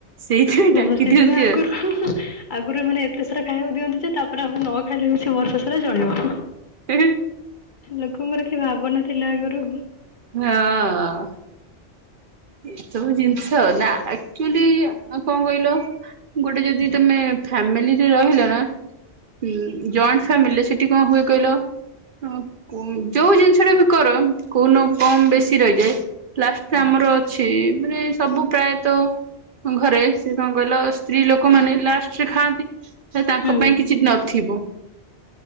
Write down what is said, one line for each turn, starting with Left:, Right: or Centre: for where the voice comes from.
Right: ସେଇଥିପାଇଁ
Left: ଓ
Right: ଡାକି
Left: ସେଥିପାଇଁ
Right: ଦିଅନ୍ତି
Left: ଆଗରୁ।
Right: ଆଉ
Left: ଆଗରୁ ଏମାନେ ଏତେ ସାରା ଖାଇବାକୁ ଦିଅନ୍ତି ଯେ ତାପରେ ଆଗ ନ ଖାଇଲେ ବି ସେ ବର୍ଷ ସାରା ଚଳିବ
Right: ହଁ
Left: ଲୋକଙ୍କର କି ଭାବନା ଥିଲା ଆଗରୁ।
Right: ହଁ। ଏସବୁ ଜିନିଷ ନା ଆକ୍ଚୁଲି କଣ କହିଲ? ଗୋଟେ ଯଦି ତମେ ଫ୍ୟାମିଲିରେ ରହିଲ ନା ଜଏଣ୍ଟ ଫ୍ୟାମିଲୀ ସେଠି କଣ ହୁଏ କହିଲ। ହଁ ଯୋଉ ଜିନିଷ ଟା ବି କର କୋଉନୁ କମ୍ ବେଶୀ ରହିଯାଏ। ଲାଷ୍ଟ ଆମର ଅଛି ମାନେ ସବୁ ପ୍ରାୟତଃ। ଘରେ ସେ କଣ କହିଲ ସ୍ତ୍ରୀ ଲୋକମାନେ ଲାଷ୍ଟରେ ଖାଆନ୍ତି। ତ ତାଙ୍କ
Left: ହୁଁ
Right: ପାଇଁ କିଛି ନଥିବ।